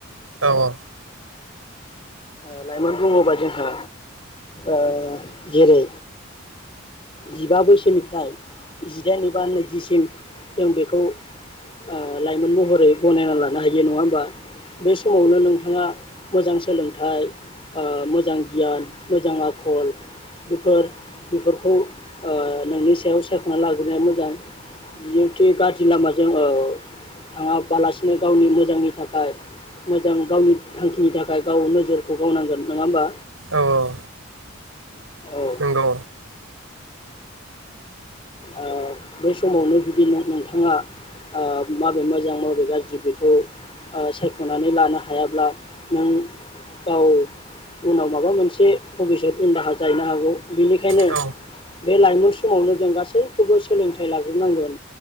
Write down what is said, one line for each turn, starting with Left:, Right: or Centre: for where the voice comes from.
Right: औ औ
Left: ओ लाइमोन बुङोबा जोंहा ओह जेरै जिबा बोसोनिफ्राय जिदाइन एबा नैजिसिम जों बेखौ ओ लाइमोन महरै बनायना लानो हायो नङा होमबा बे समावनो नोंथाङा मोजां सोलोंथाइ मोजां गियान मोजां आखल बेफोर बेफोरखौ ओह नोंनि सायाव सायख'ना लाग्रोनाया मोजां जिहते गाज्रि लामाजों जोङो थाङाबालासिनो गावनि मोजांनि थाखाय मोजां गावनि थांखिनि थाखाय गाव नोजोरखौ गावनांगोन नङा होमबा
Right: औ औ
Left: औ
Right: नंगौ
Left: ओ बै समावनो जुदि नोंथाङा माबे मोजां माबे गाज्रि बेखौ सायख'नानै लानो हायाब्ला नों गाव उनाव माबा मोनसे भबिसत उन दाहा जाहैनो हागौ बेनिखायनो
Right: औ नंगौ औ
Left: बे लाइमोन समावनो जों गासैबो गासैखौबो सोलोंथाइ लाग्रोनांगोन